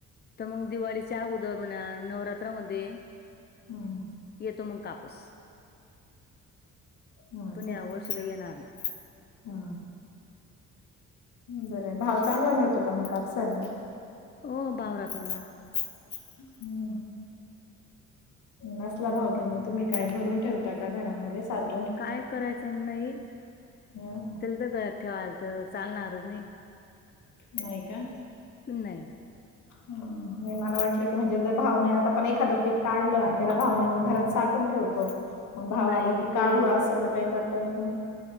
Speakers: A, on the left; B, on the left.
A: तर मंग दिवाळी च च्या उदर म्हणा नवरात्रामध्ये
B: हम्म
A: येतो मग कापूस.
B: हा आता
A: पण या वर्षी काही येणार नाही.
B: <inaudible> हा. बराय भाव चांगला मिळतो का मग कापसाला? हो
A: ओ भावरातो
B: चांगला
A: ना
B: मिळतो. हम्म नसला भाव तर मग तुम्ही काय भरून ठेवता का घरामध्ये साच --
A: काय करायचं नही
B: अ
A: त्याला तर घरात ठेवायल तर चालणारच नही.
B: नाही का?
A: नाही
B: नाही मला वाटलं की म्हणजे जर भावने आता पण एखादं पीक काढलं आणि त्याला भावने मग घरात साठून ठेवत मग भावाला
A: नाही
B: की
A: ते
B: काढू असं तर काही करता येत नाही.